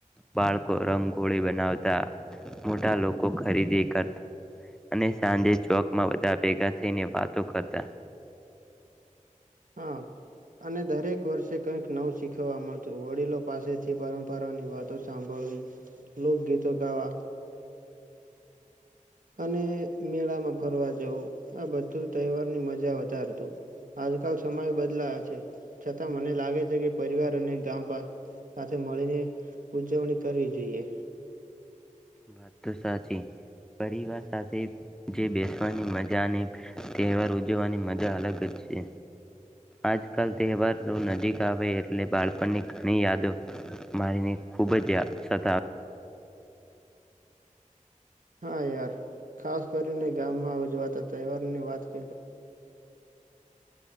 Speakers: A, in the centre; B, on the right.
A: બાળકો રંગોળી બનાવતા મોટા લોકો ખરીદી કરતા અને સાંજે ચોકમાં બધા ભેગા થઈને વાતો કરતા.
B: હ અને દરેક વર્ષે કઈક નવ શીખવા મળતું વડીલો પાસેથી પરંપરાની વાતો સાંભળવી લોકગીતો ગાવા અને મેળામાં ફરવા જવું આ બધું તહેવારની મજા વધારતું આજકાલ સમય બદલાયો છે છતાં મને લાગે છે કે પરિવાર અને ગામ સાથે મળીને ઉજવણી કરવી જોઈએ.
A: વાત તો સાચી પરિવાર સાથે જે બેસવાની મજા અને તહેવાર ઉજવવાની મજા અલગ જ છે આજકાલ તહેવાર નજીક આવે એટલે બાળપણની ઘણી યાદો મારીને ખૂબ જયાતા
B: હા યાર ખાસ કરીને ગામમાં ઉજવાતા તહેવાર ની વાત ક